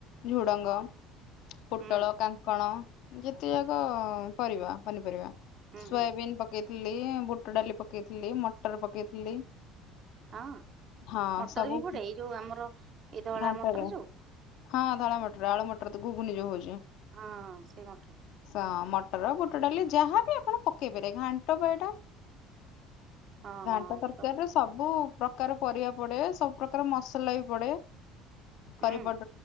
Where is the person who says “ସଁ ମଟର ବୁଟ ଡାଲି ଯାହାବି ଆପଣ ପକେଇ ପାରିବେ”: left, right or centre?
Left